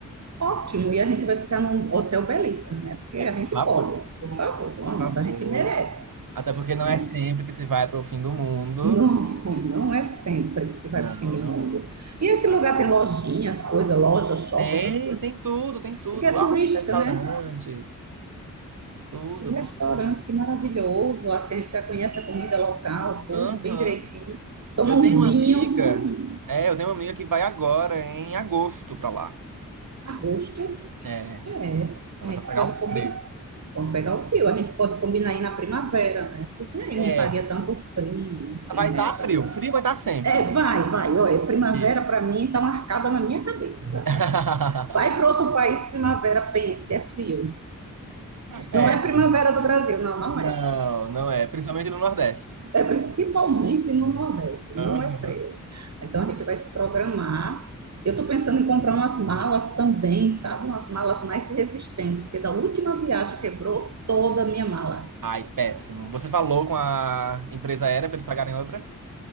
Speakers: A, on the right; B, on the right.
A: ótimo. E a gente vai ficar num hotel belíssimo, né? Porque
B: É,
A: a
B: por
A: gente
B: favor,
A: pode. Por favor,
B: por
A: vamos.
B: favor.
A: A gente merece,
B: Até porque não
A: né?
B: é sempre que se vai para o fim do mundo.
A: Não, não é sempre que se vai
B: Não,
A: para o fim do
B: não,
A: mundo.
B: não.
A: E esse lugar tem lojinhas, coisas, loja, shopping,
B: Tem,
A: essas coisas,
B: tem tudo, tem tudo.
A: porque é
B: Altos
A: turística,
B: restaurantes,
A: né?
B: tudo,
A: Os restaurantes,
B: tudo, tudo.
A: que maravilhoso, assim, a gente já conhece a comida local, tudo
B: Aham.
A: bem direitinho. Toma
B: Eu
A: um
B: tenho uma
A: vinho,
B: amiga,
A: hum,
B: é, eu tenho uma amiga que vai agora em agosto para lá.
A: a gosto.
B: É,
A: É,
B: ela
A: a gente
B: vai pegar
A: pode
B: um frio.
A: comer, pode pegar o frio, a gente pode combinar aí na primavera, né? Porque aí
B: É,
A: não estaria tanto frio, assim,
B: vai estar
A: né, também.
B: frio, frio vai estar sempre.
A: É, vai, vai, olha, primavera
B: Isso.
A: para mim está marcada na minha cabeça.
B: <laughs>
A: Vai para outro país, primavera, pense, é frio.
B: É.
A: Não é primavera do Brasil, não, não
B: Não,
A: é.
B: não é. Principalmente no Nordeste.
A: É principalmente no Nordeste,
B: Aham.
A: não é frio. Então a gente vai se programar. Eu estou pensando em comprar umas malas também, sabe? Umas malas mais resistentes, porque da última viagem quebrou toda a minha mala.
B: Ai, péssimo. Você falou com a empresa aérea para eles pagarem outra?